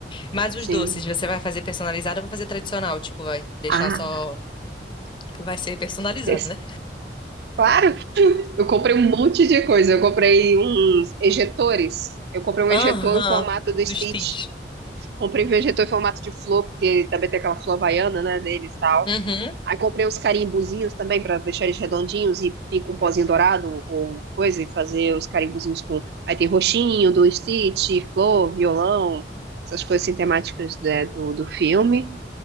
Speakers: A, on the left; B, on the right.
A: Mas os
B: Sim.
A: doces, você vai fazer personalizado ou vai fazer tradicional? Tipo, vai deixar
B: Ah,
A: só. Vai ser personalizado,
B: esse-
A: né?
B: claro. Eu comprei um monte de coisa. Eu comprei uns ejetores. Eu comprei um
A: Aham,
B: ejetor em formato do Stitch.
A: do Stitch.
B: Comprei um ejetor em formato de flor, porque também tem aquela flor havaiana, né, deles e tal.
A: Uhum.
B: Aí comprei uns carimbuzinhos também para deixar eles redondinhos e vir com um pozinho dourado ou coisa e fazer os carimbuzinhos com. Aí tem roxinho do Stitch, flor, violão, essas coisas assim, temáticas né, do, do filme.